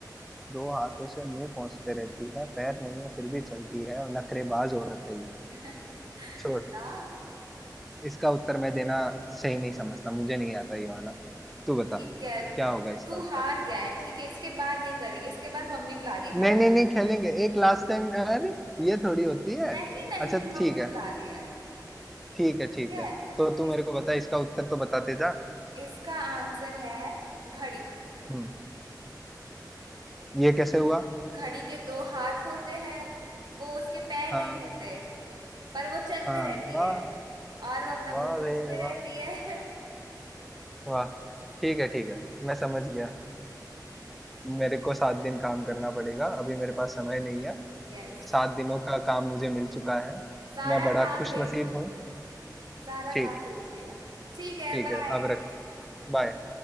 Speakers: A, in the centre; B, on the right.
A: दो हाथों से मुंह पहुंचते रहती है पैर नहीं है फिर भी चलती है नखरेबाज औरत है ये
B: <laughs>
A: छोड़
B: आ,
A: इसका उत्तर मैं देना सही नहीं समझता मुझे नहीं आता ये वाला तू बता
B: ठीक है
A: क्या होगा इसका
B: तू
A: उत्तर
B: हार गया है ठीक है इसके बाद नहीं करेंगे इसके बाद मम्मी बुला रही है खाना
A: नहीं
B: खाने
A: नहीं नहीं
B: के
A: खेलेंगे
B: लिए
A: एक लास्ट टाइम अरे ये थोड़ी होती है
B: नहीं नहीं
A: अच्छा
B: मम्मी
A: ठीक है
B: बुला रही है
A: ठीक है ठीक
B: ठीक है
A: है तो तू
B: इस
A: मेरे को बता इसका उत्तर तो बताते जा
B: इसका आंसर है घड़ी
A: हम्म ये कैसे हुआ
B: घड़ी के दो हाथ होते हैं वो उसके पैर
A: हाँ
B: नहीं होते पर वो चलते
A: हाँ
B: रहती
A: वाह
B: है और वो अपना
A: वाह
B: मुंह पोंछते
A: रे वाह
B: रहती है
A: वाह ठीक है ठीक है मैं समझ गया मेरे को सात दिन काम करना पड़ेगा अभी मेरे पास समय नहीं है
B: <laughs> यस
A: सात दिनों का काम मुझे मिल चुका है
B: सारा
A: मैं बड़ा
B: काम
A: खुश
B: भेज
A: नसीब
B: दूंगी
A: हूँ
B: सारा
A: ठीक
B: काम
A: है
B: भेज रही हो ठीक है
A: ठीक
B: बाय
A: है अब रख बाय